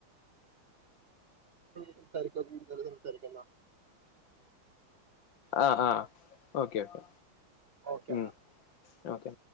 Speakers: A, on the right; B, on the left.
A: സംസാരിക്ക കൂടുതൽ സംസാരിക്കന്നാ
B: ആഹ് ആഹ് ഓക്കെ ഓക്കെ
A: ഓക്കെ
B: ഉം
A: എന്നാ
B: ഓക്കെ